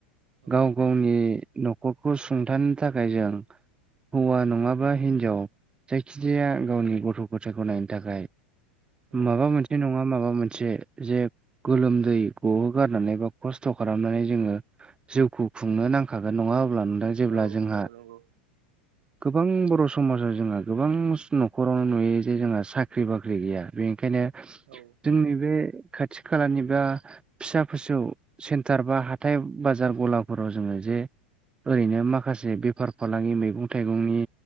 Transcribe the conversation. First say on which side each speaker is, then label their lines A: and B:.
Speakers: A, on the right (about 75°); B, on the right (about 15°).
A: औ
B: गाव गावनि न'खरखौ सुंथानो थाखाय जों हौवा नङाबा हिनजाव जायखिजाया गावनि गथ' गथायखौ नायनो थाखाय
A: औ
B: माबा मोनसे बिदि नङा माबा मोनसे जे गोलोमदै गहोगारनानै बा खस्थ' खालामनानै जोङो जिउखौ खुंनो नांखागोन नङा अब्ला नोंथां? जेब्ला
A: औ
B: जोंहा
A: औ नंगौ।
B: गोबां बर' समाजाव जोंहा गोबां न'खरावनो नुयो जे जोंहा साख्रि बाख्रि गैया बेनिखायनो
A: औ।
B: जोंनि बे खाथि खालानि बा फिसा फिसौ सेन्टार बा हाथाय बाजार गलाफोराव जोङो जे ओरैनो माखासे बेफार फालांगि मैगं थाइगंनि